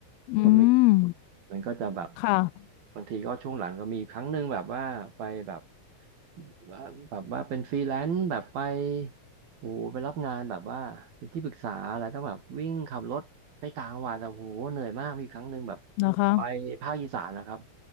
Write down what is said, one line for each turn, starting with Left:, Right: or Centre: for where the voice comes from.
Left: อื
Right: ก็มี
Left: ม
Right: มันก็จะแบบ
Left: ค่ะ
Right: บางทีก็ช่วงหลังก็มีครั้งหนึ่งแบบว่าไปแบบว่าแบบว่าเป็นฟรีแลนซ์แบบไปโอ้โหไปรับงานแบบว่าเป็นที่ปรึกษาอะไรต้องแบบวิ่งขับรถไปต่างจังหวัดแต่โอ้โหเหนื่อยมากมีครั้งหนึ่งแบบ
Left: นะคะ
Right: ไปภาคอีสานนะครับ